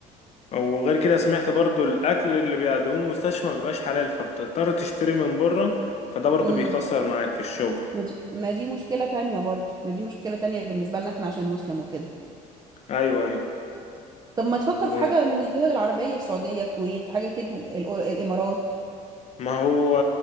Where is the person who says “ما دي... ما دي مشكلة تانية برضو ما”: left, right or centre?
Right